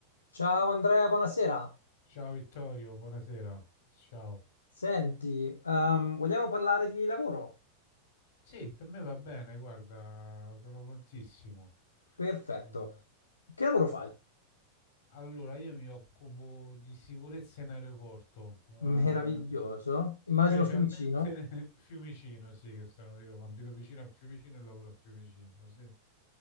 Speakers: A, on the left; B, on the left.
A: Ciao Andrea, buonasera.
B: Ciao Vittorio, buonasera. Ciao.
A: Senti, ehm, vogliamo parlare di lavoro?
B: Sì, per me va bene, guarda, sono prontissimo.
A: Perfetto.
B: Eh,
A: Che lavoro fai?
B: Allora, io mi occupo di sicurezza in aeroporto, ehm,
A: Meraviglioso.
B: specialmente
A: Immagino Fiumicino.
B: nel- <laughs> Fiumicino, sì, che sono di Roma. Abito vicino a Fiumicino e lavoro a Fiumicino, sì.